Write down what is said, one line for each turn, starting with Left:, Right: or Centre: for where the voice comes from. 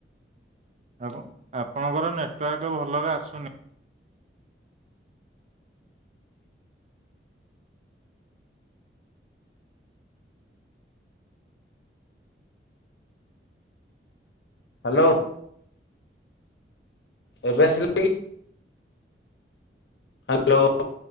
Right: ଆ ଆପଣଙ୍କର ନେଟୱାର୍କ ଭଲରେ ଆସୁନି।
Left: ହ୍ୟାଲୋ ଏବେ ଆସିଲା? ହ୍ୟାଲୋ।